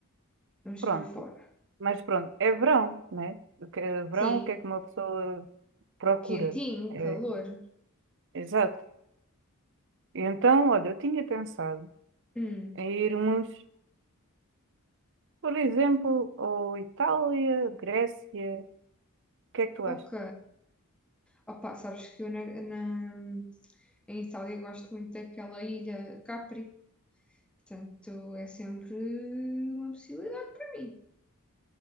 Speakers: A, in the centre; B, on the right.
A: Vamos
B: Pronto.
A: para fora.
B: Mas pronto, é verão, né? O que- Verão,
A: Sim,
B: o que é que uma pessoa procura?
A: quentinho,
B: É,
A: calor.
B: exato. Então, olha, eu tinha pensado.
A: Hum,
B: a irmos, por exemplo, ao Itália, Grécia. O que é que tu
A: ok.
B: achas?
A: Opa, sabes que eu na, na- em Itália gosto muito daquela ilha Capri. Portanto, é sempre uma possibilidade para mim.